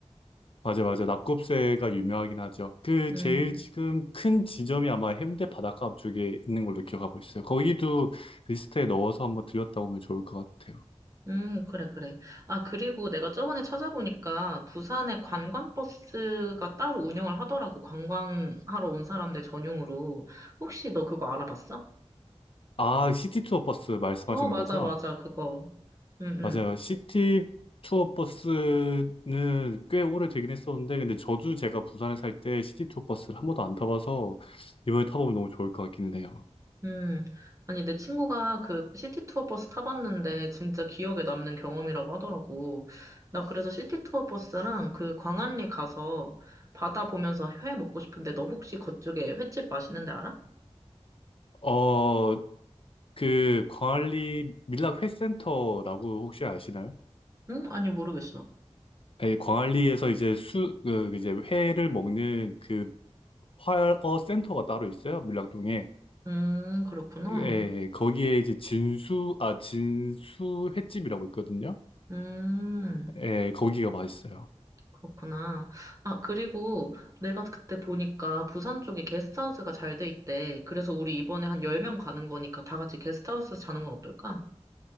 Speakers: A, on the left (about 55°); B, on the right (about 30°).
A: 맞아, 맞아. 낙곱새가 유명하긴 하죠. 그
B: 음,
A: 제일 지금 큰 지점이 아마 해운대 바닷가 앞쪽에 있는 걸로 기억하고 있어요. 거기도 리스트에 넣어서 한번 들렸다 오면 좋을 것 같아요.
B: 음, 그래, 그래. 아, 그리고 내가 저번에 찾아보니까 부산에 관광버스가 따로 운영을 하더라고. 관광하러 온 사람들 전용으로. 혹시 너 그거 알아봤어?
A: 아, 시티 투어 버스 말씀하시는
B: 어, 맞아,
A: 거죠?
B: 맞아, 그거. 응, 응.
A: 맞아요. 시티 투어 버스는 꽤 오래 되긴 했었는데, 근데 저도 제가 부산에 살 때 시티 투어 버스를 한 번도 안 타봐서 이번에 타보면 너무 좋을 것 같기는 해요.
B: 음, 아니, 내 친구가 그 시티 투어 버스 타봤는데 진짜 기억에 남는 경험이라고 하더라고. 나 그래서 시티 투어 버스랑 그 광안리 가서 바다 보면서 회 먹고 싶은데 너 혹시 그쪽에 횟집 맛있는 데 알아?
A: 어, 그 광안리 밀락 회센터라고 혹시 아시나요?
B: 응? 아니, 모르겠어.
A: 아니, 광안리에서 이제 수, 그, 이제 회를 먹는 그 활어 센터가 따로 있어요. 밀락동에
B: 음, 그렇구나.
A: 예, 거기에 이제 진수, 아, 진수 횟집이라고 있거든요.
B: 음,
A: 예, 거기가 맛있어요.
B: 그렇구나. 아, 그리고 내가 그때 보니까 부산 쪽에 게스트하우스가 잘 돼 있대. 그래서 우리 이번에 한 10명 가는 거니까 다 같이 게스트하우스 자는 건 어떨까?